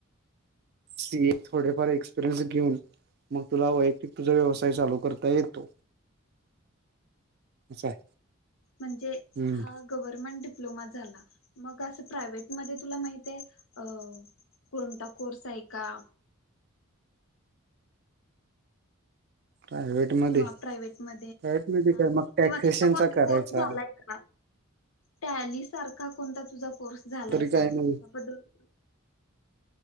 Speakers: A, on the right; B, on the left.
A: सी. ए. थोडेफार एक्सपिरियन्स घेऊन मग तुला तुझा व्यवसाय
B: हम्म
A: चालू करता येतो. असं आहे.
B: म्हणजे
A: हम्म.
B: हा गव्हर्मेंट डिप्लोमा झाला मग अस प्रायव्हेट मध्ये तुला माहित आहे. कोणता कोर्स आहे का?
A: प्रायव्हेट मध्ये
B: किंवा प्रायव्हेट मध्ये
A: प्रायव्हेट मध्ये
B: ह
A: काय मग टॅक्सेशनचा
B: किंवा तुझा कोणता
A: करायचा
B: कोर्स झालाय का? टॅली सारखा कोणता तुझा कोर्स झालाय
A: तरी काही
B: का
A: नाही
B: त्याच्याबद्दल-